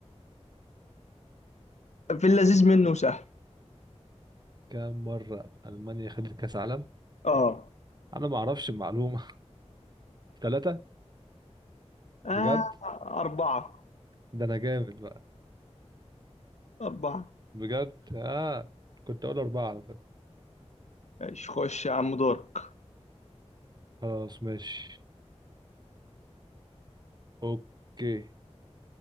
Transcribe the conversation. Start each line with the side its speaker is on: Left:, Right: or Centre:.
Left: في اللذيذ منه سهل
Right: كام مره المانيا خدت كاس عالم
Left: اه
Right: انا ما اعرفش المعلومه <laughs> ثلاثه
Left: آه،
Right: بجد
Left: أربعة
Right: ده انا جامد بقى
Left: أربعة
Right: بجد اه كنت اقول اربعه على فكره
Left: ماشي خش يا عم دورك
Right: خلاص ماشي اوكي